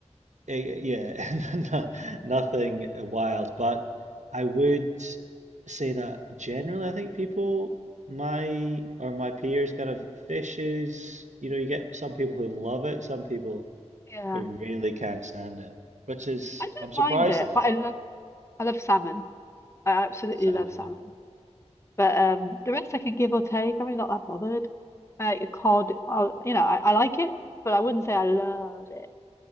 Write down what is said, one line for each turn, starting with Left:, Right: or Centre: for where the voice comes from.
Right: it, yeah, <laughs> no- nothing wild. But I would say that generally, I think people my or my peers kind of fishes. You know, you get some people who love it, some people
Left: Yeah,
Right: who really can't stand it, which is,
Left: I don't
Right: I'm surprised
Left: mind it,
Right: at that.
Left: but I love, I love salmon. I absolutely
Right: Salmon,
Left: love salmon.
Right: yeah.
Left: But um, the rest I can give or take. I'm really not that bothered. Uh, cod, I, will you know, I, I like it, but I wouldn't say I love it.